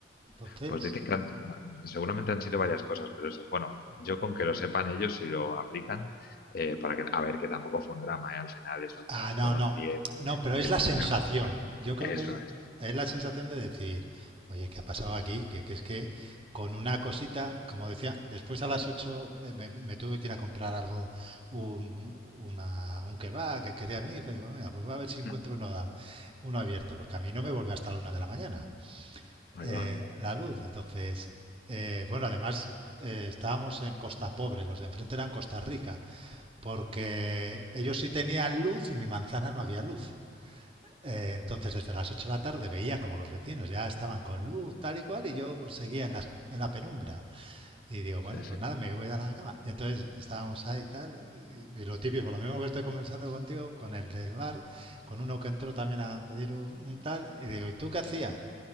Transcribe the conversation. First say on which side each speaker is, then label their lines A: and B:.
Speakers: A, on the right (about 30°); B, on the left (about 50°).
A: Entonces,
B: Pues dicen que han- seguramente han sido varias cosas, pero eso, bueno, yo con que lo sepan ellos si lo aplican, eh, para que, a ver, que tampoco fue un drama, ¿eh? Al final eso,
A: Ah,
B: pues
A: no,
B: fueron
A: no.
B: diez,
A: No, pero
B: 10
A: es la
B: personas.
A: sensación. Yo creo
B: Eso
A: que es,
B: es.
A: es la sensación de decir, oye, ¿qué ha pasado aquí? Que, que es que con una cosita, como decía, después a las 8 eh, me, me tuve que ir a comprar algo, un, una, un kebab que quería mi hijo. Y digo, venga, pues voy a ver
B: <laughs>
A: si encuentro uno dado, uno abierto, porque a mí no me vuelve hasta la una de la mañana
B: Ahí
A: eh,
B: va.
A: la luz. Entonces, eh, bueno, además eh, estábamos en Costa Pobre, los de enfrente eran Costa Rica. Porque ellos sí tenían luz y mi manzana no había luz. Eh, entonces, desde las 8 de la tarde veía como los vecinos ya estaban con luz, tal y cual, y yo pues, seguía en la, en la penumbra. Y digo, bueno,
B: Sí,
A: pues
B: sí.
A: nada, me voy a la cama. Y entonces estábamos ahí tal, y, y lo típico, lo mismo que estoy conversando contigo, con el del bar, con uno que entró también a pedir un, un tal, y digo, ¿y tú qué hacías?